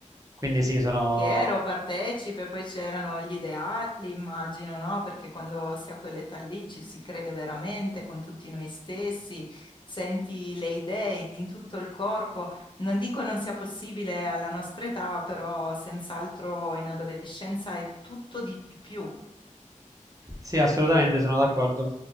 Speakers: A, on the right; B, on the left.
A: Quindi sì, sono...
B: Piero partecipe, poi c'erano gli ideali, immagino, no? Perché quando si ha quell'età lì ci si crede veramente con tutti noi stessi, senti le idee in tutto il corpo. Non dico non sia possibile alla nostra età, però senz'altro in adolescenza è tutto di più.
A: Sì, assolutamente sono d'accordo.